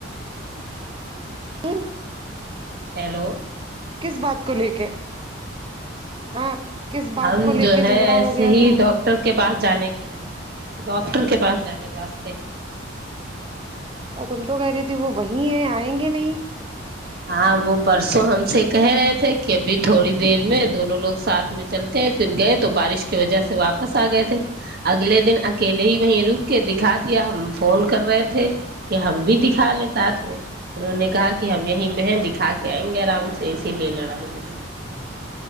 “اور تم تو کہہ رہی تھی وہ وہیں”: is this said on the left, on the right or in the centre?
Right